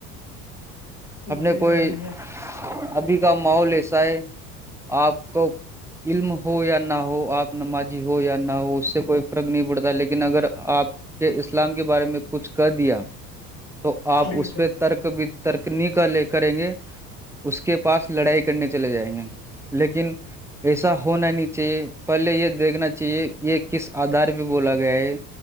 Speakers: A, in the centre; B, on the left.
A: <inaudible> اپنے
B: جی
A: کوئی
B: بھائی جی
A: ابھی کا ماحول ایسا ہے آپ کو علم ہو یا نہ ہو آپ نمازی ہو یا نہ ہو اس سے کوئی فرق نہیں پڑتا لیکن اگر آپ کے اسلام کے بارے میں کچھ کہہ دیا تو آپ
B: بالکل
A: اس پہ ترک بھی ترک نہیں کا لے کریں گے اس اس کے پاس لڑائی کرنے چلے جائیں گے لیکن ایسا ہونا نہیں چاہیے پہلے یہ دیکھنا چاہیے یہ کس آدار پہ بولا گیا ہے